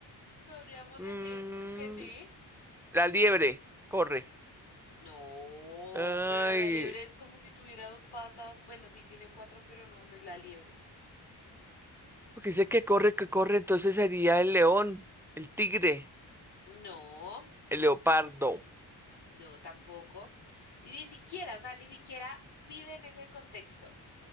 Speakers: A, on the left; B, in the centre.
A: podríamos
B: Mm,
A: decir que sí.
B: La liebre corre.
A: No,
B: Ay,
A: pero la liebre es como si tuviera dos patas. Bueno, sí tiene cuatro, pero no, no es la liebre.
B: porque dice que corre, que corre, entonces sería el león, el tigre,
A: No.
B: el leopardo.
A: No, tampoco. Y ni siquiera, o sea, ni siquiera vive en ese contexto.